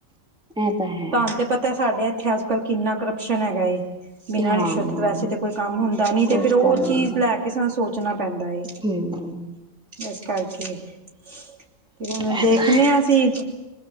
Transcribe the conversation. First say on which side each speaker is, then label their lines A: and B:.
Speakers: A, in the centre; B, on the right.
A: ਇਹ ਹੈ
B: ਤਾਂ ਤੇ ਪਤਾ ਸਾਡੇ ਇੱਥੇ ਅੱਜ ਕੱਲ੍ਹ ਕਿੰਨਾ ਕਰਪਸ਼ਨ ਹੈਗਾ ਏ। ਬਿਨਾਂ
A: ਹਾਂ
B: ਰਿਸ਼ਵਤ ਤੇ ਤੇ ਵੈਸੇ ਤਾਂ ਕੋਈ ਕੰਮ ਹੁੰਦਾ ਨੀ
A: ਕੁਛ
B: ਤੇ ਫੇਰ ਉ
A: ਕੰਮ ਨੀ
B: ਚੀਜ਼
A: ਹੁੰਦਾ
B: ਲੈ ਕੇ ਸਾਨੂੰ ਸੋਚਨਾ ਪੈਂਦਾ ਏ।
A: ਹਮ
B: ਏਸ ਕਰਕੇ ਤੇ ਹੂਨ ਦੇਖਨਾ
A: ਇਹ ਤਾਂ ਹੈ
B: ਆਂ ਅਸੀ।